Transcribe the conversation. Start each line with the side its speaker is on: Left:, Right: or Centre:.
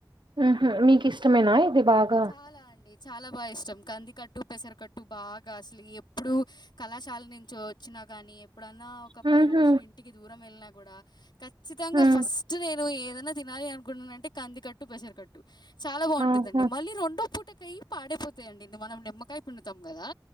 Right: ఉహు మీకు ఇష్టమేనా ఇది బాగా
Left: చాలా అండి చాలా బా ఇష్టం కందికట్టు, పెసరకట్టు బాగా అసలు ఎప్పుడు కళాశాల నుంచి వచ్చినా గానీ ఎప్పుడన్నా ఒక
Right: హుహు.
Left: పది రోజులు ఇంటికి దూరం వెళ్ళినా కూడా ఖచ్చితంగా
Right: హ్మ్.
Left: ఫస్ట్ నేను ఏదైన్నా తినాలి అనుకుంటున్నానంటే కందికట్టు పెసర్కట్టు చాలా బాగుంటుందండి
Right: ఆహా!
Left: మళ్ళీ రెండో పుట్ పూటకాయ పాడైపోతాయిండి ఇ మనం నిమ్మకాయ పిడుతాం కదా